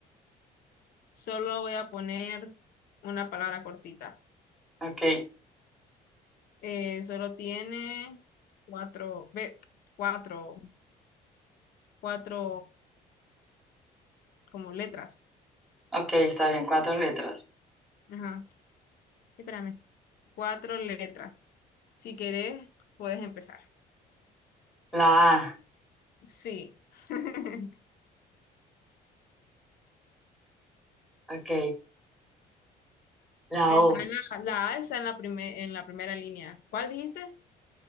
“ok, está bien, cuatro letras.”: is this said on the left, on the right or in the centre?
Centre